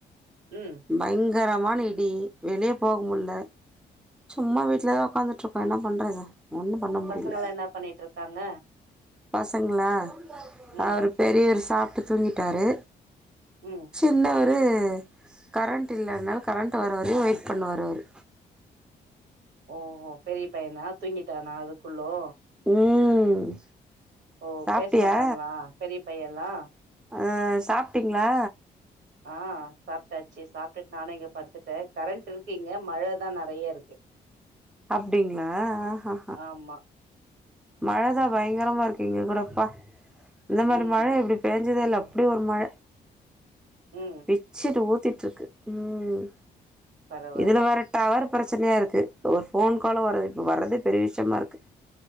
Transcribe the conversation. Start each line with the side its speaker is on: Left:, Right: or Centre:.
Right: ம்
Centre: பயங்கரமான இடி வெளிய போக முட்ல்ல சும்மா வீட்லதா உகாந்துட்ருக்கோ என்ன பண்றது ஒன்னு பண்ண முடில
Right: பசங்கல்லா என்னா பண்ணிட்ருக்காங்க
Centre: பசங்களா
Right: ம்
Centre: அவரு பெரிவரு சாப்ட்டு தூங்கிட்டாரு
Right: ம்
Centre: சின்னவரு கரண்ட் இல்ல அதனால கரண்ட்டு வர வரையு வெயிட் பண்ணுவாரு அவரு
Right: ஓஹோ பெரிய பையனா தூங்கிட்டானா அதுக்குள்ளோ
Centre: ம்
Right: ஓ
Centre: சாப்ட்டியா
Right: பேச மாட்டாங்களா பெரிய பைய எல்லா
Centre: அ சாப்டீங்ளா
Right: ஆ சாப்டாச்சு சாப்டுட் நானு இங்க படுத்துட்ட கரண்ட் இருக்கு இங்க மழதா நெறைய இருக்கு
Centre: அப்டிங்களா ஆ
Right: ஆமா
Centre: மழதா பயங்கரமா இருக்கு இங்க கூட அப்பா இந்த மாரி
Right: ம்
Centre: மழ இப்டி பெஞ் பேஞ்சதே இல்ல அப்டி ஒரு மழ
Right: ம்
Centre: பிச்சுட்டு ஊத்திட்டு இருக்கு ம்
Right: பரவால்ல
Centre: இதுல வேற டவர் பிரச்சனையா இருக்கு ஒரு போன் கால் வரது இப்ப வர்றதே பெரிய விஷ்யமா இருக்கு